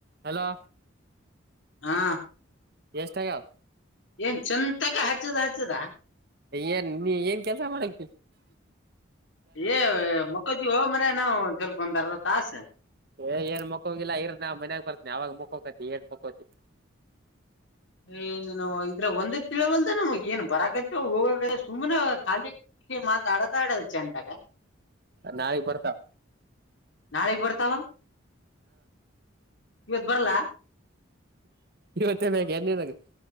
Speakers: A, on the right (about 50°); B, on the left (about 65°).
A: Hello
B: ಹಾ
A: ಎಷ್ಟ ಅಗವ
B: ಏನ್ ಚೆಂತಾಗ ಹಚ್ಚದ ಹಚ್ಚದ
A: ಏನ್ ನೀ ಏನ್ ಕೆಲ್ಸ ಮಾಡಕ್
B: ಏ ಮಕ್ಕತಿವಿ ಹೋ ಮಾರಾಯ ನಾವವು ಒಂದ ಸ್ವಲ್ಪ ಒಂದ್ ಅರ್ ತಾಸ
A: ಏ ಏನ್ ಮಕ್ಕಂಗಿಲ್ಲ ಇರ್ ನಾ ಮನ್ಯಾಗ ಬರ್ತನಿ ಅವಾಗ ಮುಕ್ಕೋಕತಿ ಏನ್ ಮಕ್ಕತಿ
B: ಏನ್ ನ ಇದ್ರ ಒಂದ ತಿಳವಲ್ದ ನಮ್ಗೆ ಏನ್ ಬರಕತಿ ಹೋಗ ಸುಮ್ಮ್ನೆ ಖಾಲಿ ಇಲ್ಲಿ ಮಾತ್ ಆಡತ ಆಡದ ಚೆಂಟಾಗ
A: ನಳಿಗೆ ಬರ್ತವೆ
B: ನಾಳಿಗ್ ಬರ್ತಾವ ಇವತ್ ಬರ್ಲ್ಲ
A: ಇವ ಚೆನಾಗಿ ಅನ್ೇಏನಾಗುತ್ತೆ